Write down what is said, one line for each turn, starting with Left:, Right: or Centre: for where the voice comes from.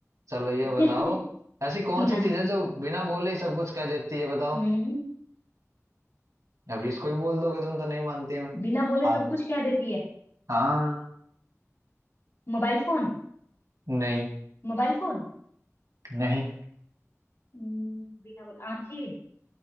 Right: चलो ये
Left: <laughs>
Right: बताओ ऐसी कौन
Left: <laughs>
Right: सी
Left: ना
Right: चीज है जो बिना बोले ही सब कुछ कह देती है बताओ
Left: हम्म
Right: अभी इसको भी बोल दोगे तुम तो नहीं मानती मैं
Left: बिना बोले
Right: हाँ
Left: सब कुछ कह देती है
Right: हाँ
Left: Mobile phone
Right: नहीं
Left: Mobile phone
Right: नहीं
Left: हम्म, बिना बोले आंखें